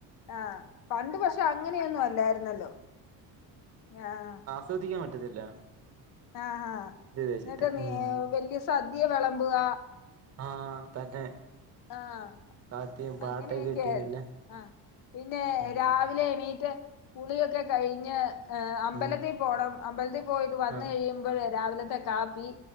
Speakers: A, on the left (about 55°); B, on the right (about 35°).
A: ആഹ് പണ്ട് പക്ഷെ അങ്ങനെയൊന്നും അല്ലായിരുന്നല്ലോ ആഹ്
B: ശ്രദ്ധിക്കാൻ പറ്റത്തില്ല
A: ആഹ് ആഹ്
B: വെച്ചിട്ട്
A: എന്നിട്ട് നീ
B: ഉം
A: വല്യ സദ്യ വെളമ്പുക
B: ആഹ് തന്നെ
A: ആഹ്.
B: കാത്തിയും പാട്ടൊക്കെ
A: അങ്ങനെക്കെ
B: ഇട്ട് എല്ലാം
A: ആഹ് പിന്നെ
B: ഉം
A: രാവിലെ എണീറ്റ് കുളിയൊക്കെ കഴിഞ്ഞ് ഏഹ് അമ്പലത്തി
B: ഉം
A: പോണം അമ്പലത്തി പോയിവന്ന്
B: ആഹ്
A: കഴി യുമ്പളെ രാവിലത്തെ കാപ്പി